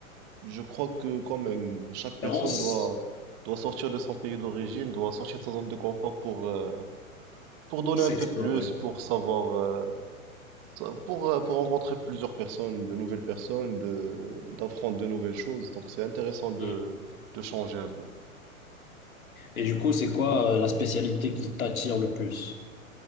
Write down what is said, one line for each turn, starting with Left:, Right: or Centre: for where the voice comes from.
Right: Je crois que quand même, chaque
Left: Préférence,
Right: personne doit, doit sortir de son pays d'origine, doit sortir de sa zone de confort pour, euh, pour donner
Left: s'explorer.
Right: un peu plus, pour savoir, euh, sa- pour, euh, pour rencontrer plusieurs personnes, de nouvelles personnes, de, d'apprendre de nouvelles choses. Donc c'est intéressant de,
Left: Hmm.
Right: de changer un peu.
Left: Et du coup, c'est quoi euh, la spécialité qui t'attire le plus?